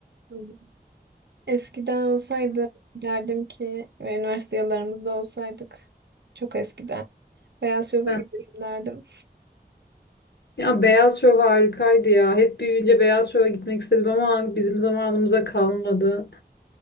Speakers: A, on the right (about 80°); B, on the left (about 75°).
A: Evet. Eskiden olsaydı derdim ki ve üniversite yıllarımızda olsaydık çok eskiden Beyaz Şov'a
B: <laughs> Heh.
A: gidelim derdim.
B: Ya Beyaz Şov harikaydı ya. Hep büyüyünce Beyaz Şov'a gitmek istedim ama bizim zamanımıza kalmadı.